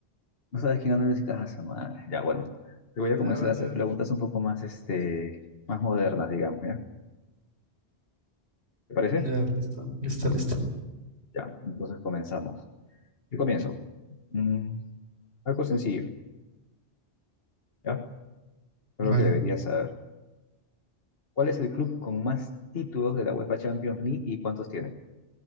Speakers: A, on the left (about 60°); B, on the right (about 75°).
A: No sabes quién ganó el México, ah, su madre. Ya, bueno, te voy a
B: Vale,
A: comenzar
B: vale,
A: a hacer
B: vale.
A: preguntas un poco más, este, más modernas, digamos, ¿ya? ¿Te parece?
B: Ya, listo, listo, listo.
A: Ya, entonces comenzamos. Yo comienzo. Mm, algo sencillo, ¿ya? Creo
B: Vale.
A: que deberías saber. ¿Cuál es el club con más títulos de la UEFA Champions League y cuántos tiene?